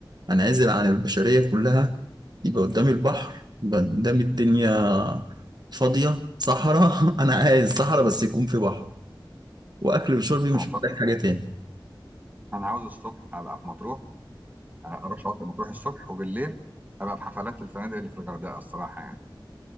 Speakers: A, on the right; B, on the right.
A: أنعزل عن البشرية كلها يبقى قدامي البحر يبقى قدامي الدنيا فاضية صحراء <laughs> أنا عايز صحراء بس يكون في بحر وأكل وشربي مش
B: انا بصراحه
A: محتاج حاجة تاني
B: انا عاوز الصبح ابقى في مطروح آه، اروح شاطئ مطروح الصبح وبالليل ابقى في حفلات الفنادق اللي في الغردقه الصراحه يعني